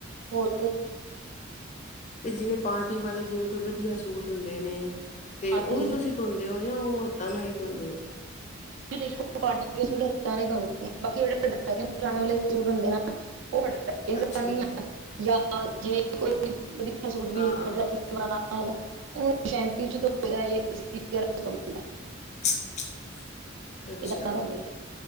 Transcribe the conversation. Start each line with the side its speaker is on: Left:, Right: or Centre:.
Right: ਹੋਰ
Left: ਤੇ ਜਿਵੇਂ ਪਾਰਟੀ ਵਾਲੇ ਜਿਵੇਂ ਕੋਈ ਵਧੀਆ ਸੂਟ ਹੁੰਦੇ ਨੇ ਤੇ
Right: ਹਾਂਜੀ
Left: ਉਹ ਵੀ ਤੁਸੀਂ ਧੋਂਦੇ ਹੋ ਜਾਂ ਉਹ ਹੱਥਾਂ ਨਾਲ ਹੀ ਧੋਂਦੇ ਹੋ
Right: ਦੇਖੋ ਪਾਰਟੀ ਸੂਟ ਸਾਰੇ ਧੋਦੇਂ ਹਾਂ ਬਾਕੀ ਜਿਹੜੇ ਆਉਣ ਜਾਣ ਵਾਲੇ ਸੂਟ ਹੁੰਦੇ ਨਾ ਉਹ
Left: ਅੱਛਾ
Right: ਆ ਜਾਂ ਜਿਵੇਂ ਕੋਈ ਵਧੀਆ ਸੂਟ ਵੀਗਾ
Left: ਹਾਂ
Right: ਹਨਾ ਉਹਨੂੰ ਸ਼ਪੀ ਚ ਲਈਦਾ
Left: <unintelligible> <unintelligible> ਅੱਛਾ
Right: ਇਹਦਾਂ ਕਰ ਲਈ,